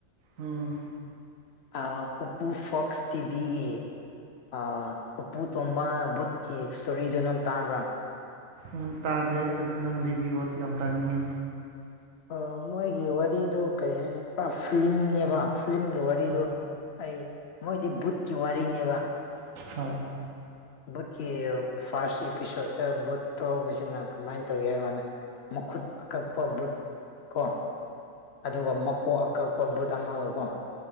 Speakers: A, on the right; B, on the left.
A: ꯎꯝ
B: ꯑꯥ ꯄꯨꯄꯨ ꯐꯣꯛꯁ ꯇꯤꯚꯤꯒꯤ ꯑꯥ ꯄꯨꯄꯨ ꯇꯣꯝꯕ ꯕꯨꯠꯀꯤ ꯏꯁꯇꯣꯔꯤꯗꯨ ꯅꯪ ꯇꯥꯕ꯭ꯔꯥ
A: ꯎꯝ ꯇꯥꯗꯦ ꯑꯗꯨ ꯅꯪ ꯂꯤꯕꯤꯌꯣ ꯌꯥꯝ ꯇꯥꯅꯤꯡꯉꯦ
B: ꯑ ꯃꯣꯏꯒꯤ ꯋꯥꯔꯤꯗꯨ ꯀꯩ ꯍꯥꯏꯁꯤꯒꯦ ꯄꯨꯔꯥ ꯐꯤꯂꯤꯡꯅꯦꯕ ꯐꯤꯂꯝꯒꯤ ꯋꯥꯔꯤ
A: ꯍꯣꯏ
B: ꯋꯥꯔꯤꯗꯣ ꯑꯩ ꯃꯣꯏꯗꯤ ꯕꯨꯠꯀꯤ ꯋꯥꯔꯤꯅꯦꯕ
A: ꯍ‌ꯣꯏ
B: ꯕꯨꯠꯀꯤ ꯐꯥꯔꯁ ꯑꯦꯄꯤꯁꯣꯠꯇ ꯕꯨꯠ ꯊꯣꯛꯄꯁꯤꯅ ꯀꯃꯥꯏ ꯇꯧꯏ ꯍꯥꯏꯕꯀꯥꯟꯗ ꯃꯈꯨꯠ ꯑꯀꯛꯄ ꯕꯨꯠ ꯀꯣ ꯑꯗꯨꯒ ꯃꯀꯣꯛ ꯑꯀꯛꯄ ꯕꯨꯠ ꯑꯃꯒ ꯀꯣ